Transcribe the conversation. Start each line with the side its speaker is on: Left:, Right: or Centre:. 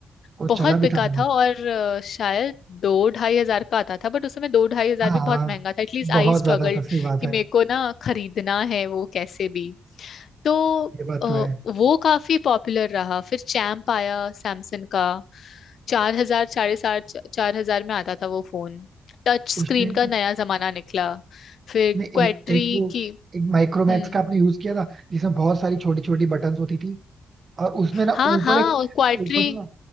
Right: वो
Left: बहुत
Right: चला भी
Left: बिका
Right: था बहुत
Left: था और अ, शायद दो ढाई हजार का आता था बट उस समय दो ढाई हजार
Right: हाँ
Left: भी बहुत
Right: हाँ
Left: महंगा था एटलीस्ट आई
Right: बहुत
Left: स्ट्रगल्ड
Right: ज्यादा था सही बात
Left: कि
Right: है
Left: मेरे को ना खरीदना है वो कैसे भी तो
Right: ये बात
Left: अ,
Right: तो है
Left: वो काफी पॉपुलर रहा फिर चैम्प आया सैमसंग का चार हजार साढ़े सात चार हजार में आता था वो फोन टच स्क्रीन
Right: उस टाइम
Left: का नया जमाना निकला फिर
Right: नहीं
Left: क्वाट्री
Right: एक एक वो
Left: की
Right: एक माइक्रोमैक्स
Left: हम्म
Right: का आपने यूज किया था जिसमें बहुत सारी छोटी छोटी बटन्स होती थी और उसमें ना
Left: हाँ
Right: ऊपर
Left: हाँ
Right: एक
Left: और क्वाट्री
Right: ऊपर ना